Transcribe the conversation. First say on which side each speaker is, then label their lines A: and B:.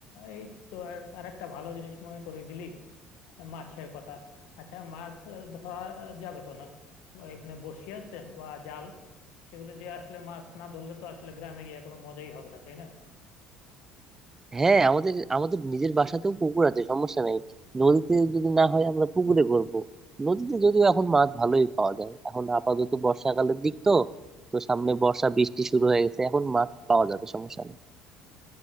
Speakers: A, on the left; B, on the right.
A: এই তো আর আরেকটা ভালো জিনিস মনে করিয়ে দিলি মাছের কথা আচ্ছা মাছ ধরা যাবে তো না এখানে বড়শি আছে বা জাল সেগুলি দিয়ে আসলে মাছ না ধরলে তো আসলে গ্রামে গিয়ে কোনো মজাই হবে না তাই না
B: হ্যাঁ আমাদের আমাদের নিজের বাসাতেও পুকুর আছে সমস্যা নেই নদীতে যদি না হয় আমরা পুকুরে করব নদীতে যদিও এখন মাছ ভালোই পাওয়া যায় এখন আপাতত বর্ষাকালের দিক তো তো সামনে বর্ষা বৃষ্টি শুরু হয়ে গেছে এখন মাছ পাওয়া যাবে সমস্যা নেই